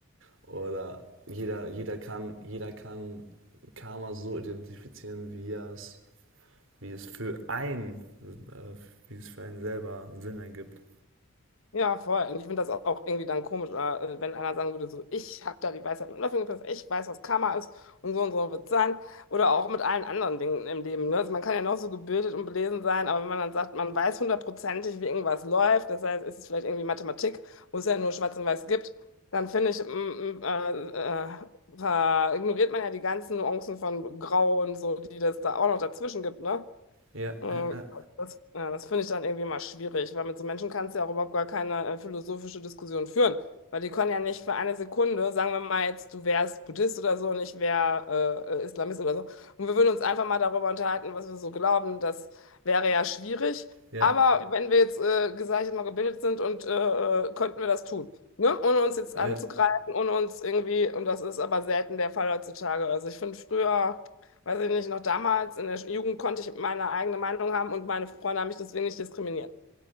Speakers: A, on the right; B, on the left.
A: Oder jeder, jeder kann, jeder kann Karma so identifizieren, wie er es, wie es für einen, äh, wie es für einen selber Sinn ergibt.
B: Ja, voll. Und ich finde das auch irgendwie dann komisch, oder, äh, wenn einer sagen würde, so, ich habe da die Weisheit mit Löffeln gefressen, ich weiß, was Karma ist und so und so wird es sein. Oder auch mit allen anderen Dingen im Leben. Ne? Also man kann ja noch so gebildet und belesen sein, aber wenn man dann sagt, man weiß hundertprozentig, wie irgendwas läuft, das heißt, ist es vielleicht irgendwie Mathematik, wo es ja nur Schwarz und Weiß gibt, dann finde ich, mm, mm, äh, äh, ver- ignoriert man ja die ganzen Nuancen von Grau und so, die das da auch noch dazwischen gibt, ne?
A: Ja,
B: Mm,
A: ja, ja.
B: Das, ja, das finde ich dann irgendwie mal schwierig, weil mit so Menschen kannst du ja auch überhaupt gar keine äh, philosophische Diskussion führen, weil die können ja nicht für eine Sekunde, sagen wir mal jetzt, du wärst Buddhist oder so und ich wäre äh, äh, Islamist oder so, und wir würden uns einfach mal darüber unterhalten, was wir so glauben, das wäre ja schwierig,
A: Ja,
B: aber wenn wir jetzt, äh, sag ich mal, gebildet sind und äh, äh, könnten wir das tun, ne? Ohne uns jetzt
A: Ja,
B: anzugreifen, ohne uns irgendwie, und das ist aber selten der Fall heutzutage, also ich finde früher... Weiß ich nicht, noch damals in der Jugend konnte ich meine eigene Meinung haben und meine Freunde haben mich deswegen nicht diskriminiert.